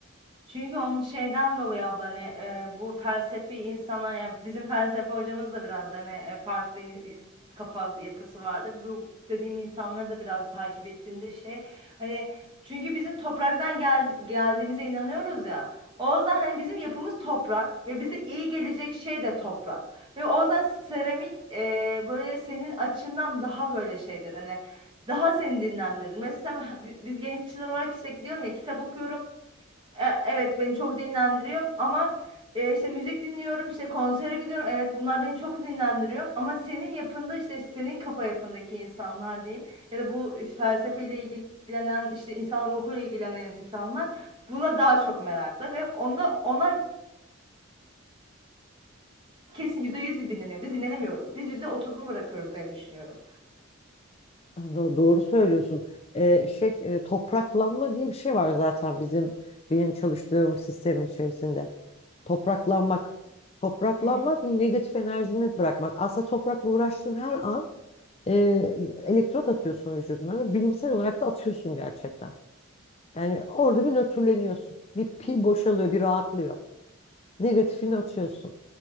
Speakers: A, on the right; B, on the left.
A: Çünkü onun şeyden dolayı abla hani e, bu felsefi insanlar yani bizim felsefe hocamız da biraz hani e, farklı i- kafa yapısı vardı. Bu dediğim insanları da biraz takip ettiğimde şey hani çünkü bizim topraktan gel, geldiğimize inanıyoruz ya. O yüzden hani bizim yapımız toprak ve bize iyi gelecek şey de toprak. Ve o yüzden seramik e, böyle senin açından daha böyle şeydir hani daha seni dinlendirir. Mesela bi- biz gençler olarak işte diyorum ya kitap okuyorum. E, Evet beni çok dinlendiriyor ama e, işte müzik dinliyorum işte konsere gidiyorum evet bunlar beni çok dinlendiriyor ama senin yapında işte senin kafa yapındaki insanlar diyeyim ya da bu felsefeyle ilgilenen işte insan ruhuyla ilgilenen insanlar buna daha çok meraklı ve onda onlar kesin %100 dinleniyor biz dinlenemiyoruz biz yüzde otuzunu bırakıyoruz diye düşünüyorum.
B: Do- Doğru söylüyorsun. Ee, şey e, topraklanma diye bir şey var zaten bizim benim çalıştığım sistemin içerisinde. Topraklanmak. Topraklanmak
A: Hı
B: negatif enerjini bırakmak. Aslında toprakla uğraştığın her an e, elektrot atıyorsun vücuduna ve bilimsel olarak da atıyorsun gerçekten. Yani orada bir nötrleniyorsun. Bir pil boşalıyor, bir rahatlıyor. Negatifini atıyorsun.